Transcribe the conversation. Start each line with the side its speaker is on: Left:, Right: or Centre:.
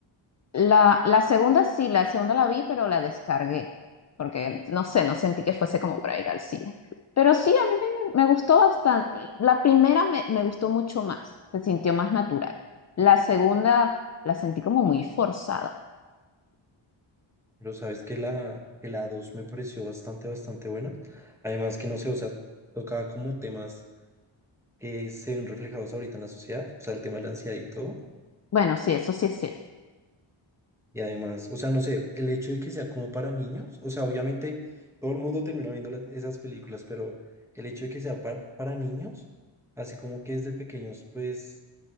Left: La, la segunda sí, la segunda la vi, pero la descargué. Porque no sé, no sentí que fuese como para ir al cine. Pero sí, a mí me, me gustó bastante. La primera me, me gustó mucho más, se sintió más natural. La segunda la sentí como muy forzada.
Centre: Pero sabes que la, que la 2 me pareció bastante, bastante buena. Además que no sé, o sea, tocaba como temas que se ven reflejados ahorita en la sociedad, o sea, el tema de la ansiedad y todo.
Left: Bueno, sí, eso sí es cierto.
Centre: Y además, o sea, no sé, el hecho de que sea como para niños, o sea, obviamente todo el mundo termina viendo las- esas películas, pero el hecho de que sea para, para niños, así como que desde pequeños, pues